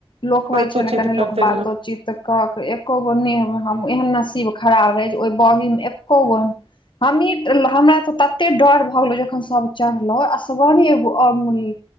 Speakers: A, on the left; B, on the right.
A: लोक
B: बात
A: होइ छै
B: सोचित
A: ने कनी
B: करते
A: लोक बातो चीत के एक्को गो ने हम एहन नसीब खराब अइजे ओइ बाॅगीमे एक्को गो हमही हमरा तऽ तते डर भऽ गेलो जखन सभ चढ़लो असगरे ए अमूल्य